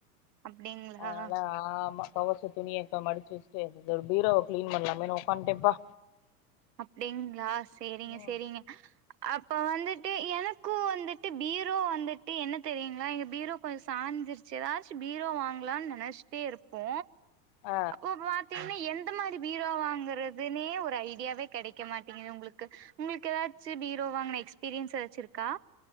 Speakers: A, on the right; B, on the left.
A: அப்டிங்களா
B: அதனால ஆமா தொவச்ச துணிய இப்ப மடிச்சு வச்சுட்டு பீரோவ கிளீன் பண்லாமேன்னு உட்காட்டேம்பா
A: அப்டிங்ளா சேரிங்க
B: ம்
A: சேரிங்க அ அப்போ வந்துட்டு எனக்கு வந்துட்டு பீரோ வந்துட்டு என்ன தெரியுங்களா எங்க பீரோ கொஞ்சோ சாஞ்ருச்சு ஏதாச்சு பீரோ வாங்கலானு நெனச்சிட்டே இருப்போ
B: ஆ
A: அப்ப பாத்தீங்னா எந்த மாரி பீரோ வாங்குறதுனே ஒரு ஐடியாவே கெடைக்க மாட்டிங்குது உங்ளுக்கு உங்ளுக்கு ஏதாச்சு பீரோ வாங்கின எக்ஸ்பீரியன்ஸ் ஏதாச்சி இருக்கா